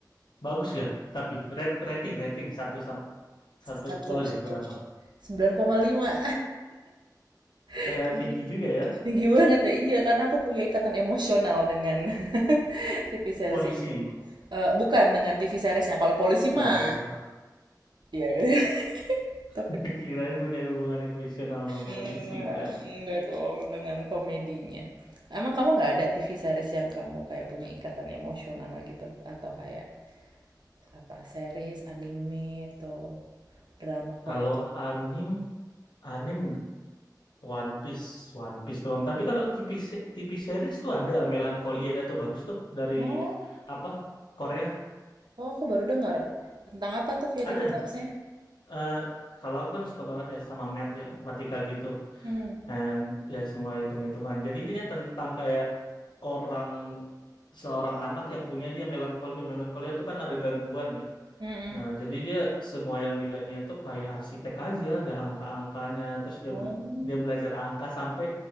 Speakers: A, on the left; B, on the right.
A: bagus ya. Tapi rate- rating rating satu sam- sampai
B: Satu
A: 10 deh berapa?
B: sembilan koma lima
A: Eh,
B: <laughs>
A: tinggi juga ya.
B: tinggi banget ya iya karena aku punya ikatan emosional dengan <laughs> TV series
A: Polisi.
B: itu. Eh, bukan dengan TV seriesnya kalau polisi mah.
A: Eh,
B: Iya. yeah. <laughs>
A: <laughs>
B: Topik
A: kirain punya hubungan yang profesional sama
B: Enggak,
A: polisi kan.
B: enggak dong dengan komedinya. Emang kamu nggak ada TV series yang kamu kayak punya ikatan emosional gitu? Atau kayak apa series, anime, atau drama Korea?
A: Kalau anim anim One Piece One Piece doang. Tapi kalau TV se- TV series tuh ada Melancholia tuh bagus tuh dari
B: Oh,
A: apa? Korea.
B: oh aku baru dengar. Tentang apa tuh via
A: Ada.
B: TV seriesnya?
A: eh kalau aku kan suka banget ya sama math ya, matematika gitu.
B: Hmm.
A: And ya semua hitung-hitungan. Jadi dia tentang kayak orang seorang anak yang punya dia melankolia. Melankolia itu kan ada gangguan ya.
B: Mm-mm.
A: Nah, jadi dia semua yang dilihatnya itu kayak arsitek aja, ada angka-angkanya, terus dia
B: Oh,
A: bel- dia belajar angka sampai